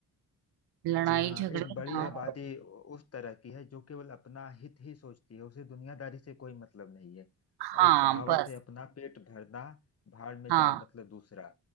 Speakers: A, on the right (about 70°); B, on the left (about 35°).
A: लड़ाई
B: जी हाँ
A: झगड़े
B: एक बड़ी
A: ना
B: आबादी
A: हो
B: उ- उस तरह की है जो केवल अपना हित ही सोचती है उसे दुनियादारी से कोई मतलब नहीं है
A: हाँ
B: एक कहावत
A: बस
B: है अपना पेट भरना भाड़ में
A: हाँ
B: जाए मतलब दूसरा